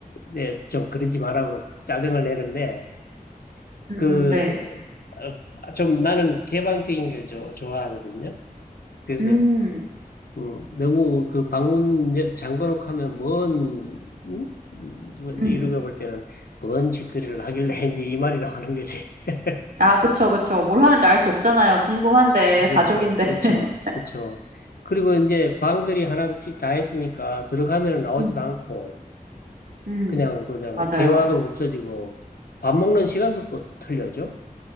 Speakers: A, on the left; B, on the right.
A: 네, 좀 그러지 말라고 짜증을 내는데,
B: 응,
A: 그,
B: 응, 네.
A: 어, 좀 나는 개방적인 걸 좋아, 좋아하거든요. 그래서
B: 음,
A: 음, 너무 그 방문 여- 잠궈놓고 하면 뭔, 음? 누가
B: 음.
A: 이루가 볼 때는 뭔 짓거리를 하길래 <laughs> 이제 이 말이 나오는 거지. <laughs>
B: 아, 그쵸, 그쵸. 뭘 하는지 알 수 없잖아요. 궁금한데,
A: 그렇죠.
B: 가족인데.
A: 그렇죠.
B: <laughs>
A: 그렇죠. 그리고 이제 방들이 하나씩 다 했으니까 들어가면 나오지도
B: 음,
A: 않고
B: 음,
A: 그냥, 그냥
B: 맞아요.
A: 대화도 없어지고 밥 먹는 시간도 또 틀려져.